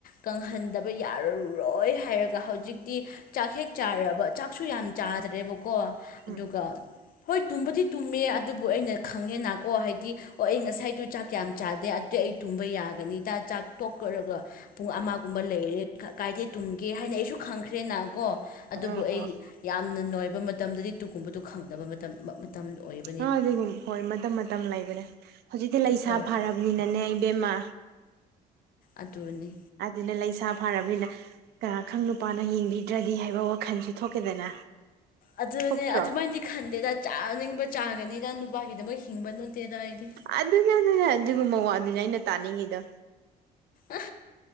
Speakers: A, on the left; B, on the right.
A: ꯀꯪꯍꯟꯗꯕ ꯌꯥꯔꯔꯣꯏ ꯍꯥꯏꯔꯒ ꯍꯧꯖꯤꯛꯇꯤ ꯆꯥꯛ ꯍꯦꯛ ꯆꯥꯔꯕ ꯆꯥꯛꯁꯨ ꯌꯥꯝ ꯆꯥꯗ꯭ꯔꯦꯕꯀꯣ ꯑꯗꯨꯒ
B: ꯎꯝ ꯎꯝ
A: ꯍꯣꯏ ꯇꯨꯝꯕꯗꯤ ꯇꯨꯝꯃꯦ ꯑꯗꯨꯕꯨ ꯑꯩꯅ ꯈꯪꯉꯦꯅꯀꯣ ꯍꯥꯏꯗꯤ ꯑꯣ ꯑꯩ ꯉꯁꯥꯏꯗꯨꯣ ꯆꯥꯛ ꯌꯥꯝ ꯆꯥꯗꯦ ꯑꯗꯨꯗꯤ ꯑꯩ ꯇꯨꯝꯕ ꯌꯥꯒꯅꯤꯗ ꯆꯥꯛ ꯇꯣꯛꯈꯔꯒ ꯄꯨꯡ ꯑꯃꯒꯨꯝꯕ ꯂꯩꯔꯦ ꯀꯥꯏꯗꯦ ꯇꯨꯝꯒꯦ ꯍꯥꯏꯅ ꯑꯩꯁꯨ ꯈꯪꯈ꯭ꯔꯦꯅ ꯀꯣ ꯑꯗꯨꯕꯨ
B: ꯎꯝ ꯎꯝ
A: ꯑꯩ
B: ꯎꯝ
A: ꯌꯥꯝꯅ ꯅꯣꯏꯕ ꯃꯇꯝꯗꯗꯤ ꯇꯨꯒꯨꯝꯕꯗꯨꯣ ꯈꯪꯗꯕ ꯃꯇꯝ ꯃꯇꯝꯗꯨ ꯑꯣꯏꯕ
B: ꯑꯥ ꯑꯗꯨꯒꯨꯝ ꯍꯣꯏ ꯃꯇꯝ ꯃꯇꯝ ꯂꯩꯕꯅꯦ ꯍꯧꯖꯤꯛꯇꯤ ꯂꯩꯁꯥ
A: ꯍꯣꯏ
B: ꯐꯔꯕꯅꯤꯅꯅꯦ ꯏꯕꯦꯝꯃꯥ
A: ꯑꯗꯨꯅꯤ
B: ꯑꯗꯨꯅ ꯂꯩꯁꯥ ꯐꯅꯤꯅ ꯀꯌꯥ ꯈꯪ ꯅꯨꯄꯥꯅ ꯌꯦꯡꯕꯤꯗ꯭ꯔꯗꯤ ꯍꯥꯏꯕ ꯋꯥꯈꯜꯁꯨ ꯊꯣꯛꯀꯦꯗꯅ
A: ꯑꯗꯨ
B: ꯊꯣꯛꯇ꯭ꯔꯣ
A: ꯑꯗꯨꯃꯥꯏ ꯈꯟꯗꯦꯗ ꯆꯥꯅꯤꯡꯕ ꯆꯥꯒꯅꯤꯅ ꯅꯨꯄꯥꯒꯤꯗꯃꯛ ꯍꯤꯡꯕ ꯅꯠꯇꯦꯗ ꯑꯩꯗꯤ
B: ꯑꯗꯨꯅꯦ ꯑꯗꯨꯅꯦ ꯑꯗꯨꯒꯨꯝꯕ ꯋꯥꯗꯨꯅꯦ ꯑꯩꯅ ꯇꯥꯅꯤꯡꯉꯤꯗ
A: ꯑ